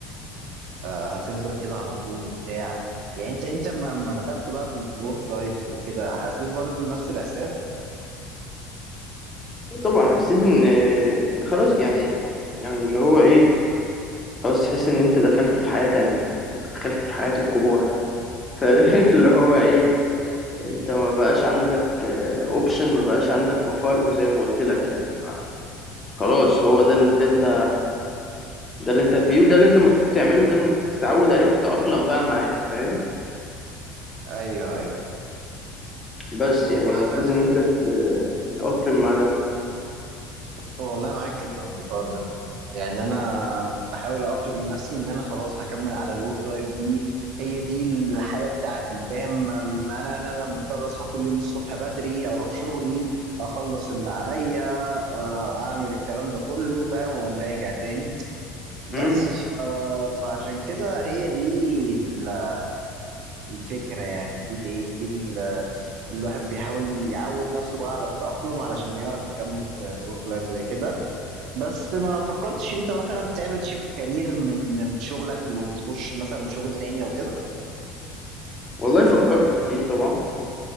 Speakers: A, on the right; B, on the left.
A: آه، هتفضل كده على طول وبتاع يعني انت انت لما لما دخلت بقى في ال- في الورك لايف وكده حسيت برضو نفس الاحساس
B: طبعا حسيت ان إن خلاص يعني يعني اللي هو ايه خلاص تحس ان انت دخلت في حياة تانية دخلت في حياة الكبار فاللي <laughs> هو ايه انت ما بقاش عندك اوبشن ما بقاش عندك مفر زي ما قلت لك يعني ما خلاص هو ده اللي انت ده اللي انت فيه وده اللي انت المفروض تعمله وده اللي المفروض تتعود عليه وتتأقلم بقى معاه فاهم
A: ايوه ايوه
B: بس
A: والله
B: يعني المفروض
A: يا اسطى
B: ان انت ت- تتأقلم مع ده
A: والله معاك جدا في الحوار ده يعني انا بحاول اقلم نفسي ان انا خلاص هكمل على الورك لايف دي هي دي الحياة بتاعتي فاهم أم- انا لا لا مضطر اصحى كل يوم الصبح بدري اروح شغلي اخلص اللي عليا آه، اعمل الكلام ده كله فاهم واقوم راجع تاني بس
B: امم
A: ف... آه، فعشان كده هي دي ال- آه، الفكرة يعني دي الايه دي ال- آه، الواحد بيحاول يعود نفسه بقى على التأقلم علشان يعرف يكمل في في ورك لايف زي كده بس ما فكرتش انت مثلا تعمل شيفت كارير من من شغلك وتخش مثلا شغل تاني او كده
B: والله فكرت كتير طبعا